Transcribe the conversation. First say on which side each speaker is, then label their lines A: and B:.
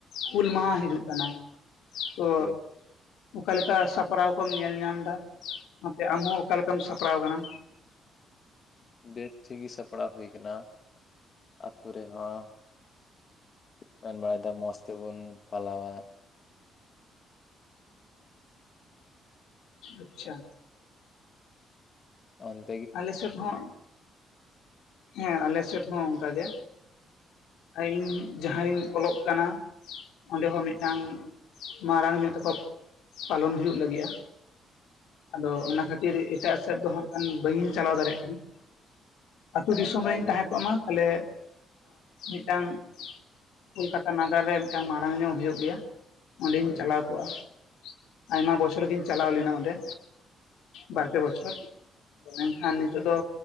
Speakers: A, on the left; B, on the left.
A: ᱦᱩᱞ ᱢᱟᱦᱟ ᱦᱤᱡᱩᱜ ᱠᱟᱱᱟ᱾ ᱛᱚ
B: ᱦᱳᱭ
A: ᱚᱠᱟ ᱞᱮᱠᱟ ᱥᱟᱯᱲᱟᱣ ᱠᱚᱢ ᱧᱮᱞ ᱧᱟᱢ ᱫᱟ ᱚᱱᱟᱛᱮ ᱟᱢ ᱦᱚᱸ ᱚᱠᱟ ᱞᱮᱠᱟᱢ ᱥᱟᱯᱲᱟᱣ ᱠᱟᱱᱟ?
B: ᱵᱮᱥ ᱴᱷᱤᱠ ᱜᱮ ᱥᱟᱯᱲᱟᱣ ᱦᱩᱭ ᱠᱟᱱᱟ ᱟᱛᱳ ᱨᱮᱦᱚᱸ ᱢᱮᱱ ᱵᱟᱲᱟᱭᱮᱫᱟ ᱢᱚᱸᱡᱽ ᱛᱮᱵᱚᱱ ᱯᱟᱞᱟᱣᱟ᱾
A: ᱟᱪᱪᱷᱟ᱾
B: ᱟᱢ
A: ᱟᱞᱮ ᱥᱮᱫ ᱦᱚᱸ ᱦᱮᱸ ᱟᱞᱮ ᱥᱮᱫ ᱦᱚᱸ ᱚᱱᱠᱟᱜᱮ᱾ ᱤᱧ ᱡᱟᱦᱟᱸ ᱨᱤᱧ ᱚᱞᱚᱜ ᱠᱟᱱᱟ ᱚᱸᱰᱮ ᱦᱚᱸ ᱢᱤᱫᱴᱟᱝ ᱢᱟᱨᱟᱝ ᱧᱚᱜ ᱛᱮᱠᱚ ᱯᱟᱞᱚᱱ ᱦᱩᱭᱩᱜ ᱞᱟᱹᱜᱤᱫ-ᱟ᱾ ᱟᱫᱚ ᱚᱱᱟ ᱠᱷᱟᱹᱛᱤᱨ ᱮᱴᱟᱜ ᱥᱮᱫ ᱫᱚ ᱦᱟᱸᱜ ᱠᱷᱟᱱ ᱵᱟᱹᱧ ᱪᱟᱞᱟᱣ ᱫᱟᱲᱮᱭᱟᱜ ᱠᱟᱱᱟ᱾ ᱟᱹᱛᱩ
B: ᱦᱳᱭ
A: ᱫᱤᱥᱚᱢ
B: ᱚᱱᱠᱟ
A: ᱨᱤᱧ
B: ᱜᱮ
A: ᱛᱟᱦᱮᱸ ᱠᱚᱜ ᱢᱟ ᱛᱟᱦᱞᱮ ᱢᱤᱫᱴᱟᱝ ᱠᱳᱞᱠᱟᱛᱟ ᱱᱟᱜᱟᱨ ᱨᱮ ᱢᱤᱫᱴᱟᱝ ᱢᱟᱨᱟᱝ ᱧᱚᱜ ᱦᱩᱭᱩᱜ ᱜᱮᱭᱟ᱾ ᱚᱸᱰᱮᱧ
B: ᱦᱳᱭ
A: ᱪᱟᱞᱟᱣ ᱠᱚᱜᱼᱟ ᱟᱭᱢᱟ ᱵᱚᱪᱷᱚᱨ ᱜᱤᱧ ᱪᱟᱞᱟᱣ ᱞᱮᱱᱟ ᱚᱸᱰᱮ
B: ᱦᱳᱭ
A: ᱵᱟᱨᱯᱮ ᱵᱚᱪᱷᱚᱨ ᱢᱮᱱᱠᱷᱟᱱ ᱱᱤᱛᱚᱜ ᱫᱚ